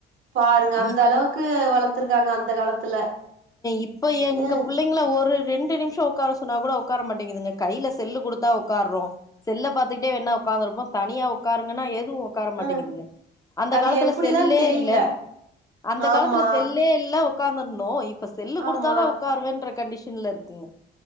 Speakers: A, on the right; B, on the left.
A: பாருங்க அந்த
B: ஈ
A: அளவுக்கு வளத்துருக்காங்க அந்த காலத்துல
B: இப்ப எங்க
A: ம்
B: புள்ளைங் ங்கள ஒரு ரெண்டு நிம்ஷொ உக்கார சொன்னா கூட உக்கார மாட்டேங்குதுங்க கையில செல்லு குடுத்தா உக்கார்றோ செல்ல பாத்துக்கிட்டே வேன்னா உக்காந்துருப்போ தனியா உக் உக்காருங்கன்னா எதுவு உக்கார மாட்டேங்கிதுங்க
A: ம்
B: அந்த
A: அது
B: காலத்துல
A: எப்டிதான்
B: செல்லே
A: தெரில
B: இல்ல அந்த
A: ஆமா
B: காலத்துல செல்லே இல்ல உக்கார்ந்துரணு இப்ப செல்லு குடுத்தாதா
A: ஆமா
B: உக்காருவேன்ற கண்டிஷன்ல இருக்குங்க